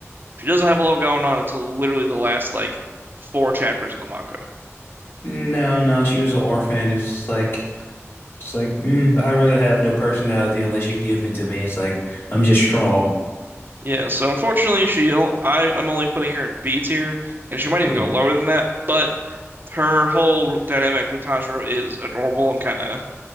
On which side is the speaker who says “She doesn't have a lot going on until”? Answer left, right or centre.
Right